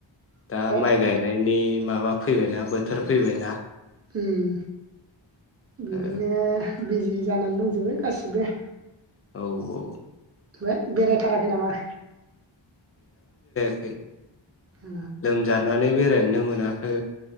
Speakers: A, on the right (about 30°); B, on the left (about 30°).
A: ओमफ्राय
B: दा माइ गायनायनि माबा फैबायना बोथोर फैबायना?
A: उम बिनिनो
B: ओ
A: बिजि जानानै दंजोबो गासिबो।
B: औ औ।
A: ओमबाय बेरायथाराखै नामा?
B: खै।
A: ओ
B: लोमजानानै बेराय नो मोनाखै।